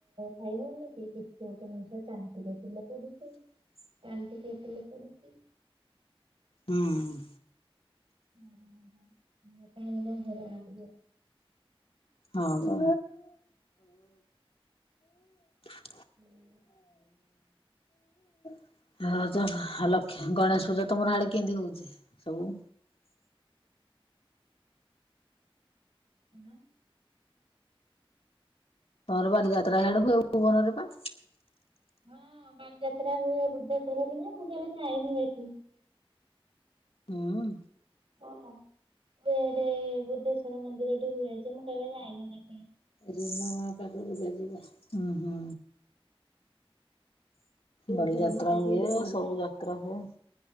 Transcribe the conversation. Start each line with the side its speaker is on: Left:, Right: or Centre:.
Right: ଖାଇ ନଉନି କି କିଛି ଗୋଟେ ନୁ। ସେ ଚାହା ଟିକେ ପିଲେ ପଡୁଛି।
Left: <inaudible>
Right: ପାଣି ବି ପିଇସାରିଲେ ପୋଡୁଛି।
Left: ହୁଁଁ ହୁଁ।
Right: <unintelligible>
Left: ହଁ ପା <unintelligible>
Right: ହୁଁ।
Left: <unintelligible> ଲକ୍ଷେ ଗଣେଶ ପୂଜା ତମର ହାଡେ କେମିତି ହଉଛି ସବୁ?
Right: ଉନା।
Left: ତମର ବାଲି ଯାତ୍ରା ହିଆଡେ ହୁଏ ଭୁବନରେ ପା?
Right: ହଁ ବାଲିଯାତ୍ରା ହୁଏ ବୃଦ୍ଧେଶ୍ୱରରେ ଯେ ମୁଁ କେବେ ଯାଇନି ଦେଖି।
Left: ହୁଁ।
Right: ହଁ ହୁଏ ଠେ ଏଇ ବୁଦ୍ଧେଶ୍ଵର ମନ୍ଦିର ଟେ ହୁଏ ଯେ ମୁଁ କେବେ ଯାଇନି ଦେ
Left: ରିନା ଅପା କୁଆଡେ ଯେ ଯିବା ହୁଁ ହୁଁ। ବାଲି
Right: କେବେ
Left: ଯାତ୍ରା
Right: ଯାଇନି
Left: ହୁଏ
Right: ଯାଆନ୍ତିନି।
Left: ସବୁ ଯାତ୍ରା ହୁଏ।